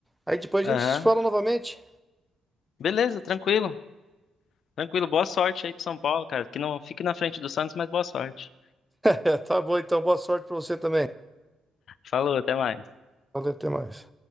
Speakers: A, in the centre; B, on the left (about 65°).
A: Aí depois
B: Aham.
A: a gente se fala novamente.
B: Beleza, tranquilo. Tranquilo, boa sorte aí pro São Paulo, cara. Que não fique na frente do Santos, mas boa sorte.
A: É, tá bom, então. Boa sorte pra você também.
B: Falou, até mais.
A: Então, até mais.